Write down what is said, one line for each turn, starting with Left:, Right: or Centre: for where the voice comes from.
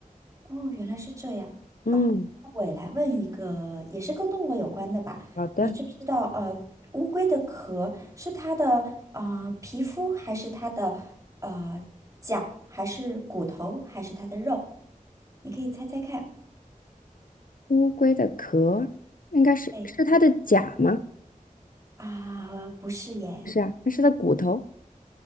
Right: 哦，原来是这样。
Left: 嗯，
Right: 我也来问一个，也是跟动物有关的吧？
Left: 好的。
Right: 你知不知道，呃，乌龟的壳是它的啊、呃皮肤，还是它的呃甲，还是骨头，还是它的肉？你可以猜猜看。
Left: 乌龟的壳应该是是它的甲吗？
Right: 对。啊，不是耶，
Left: 不是啊，那是它骨头。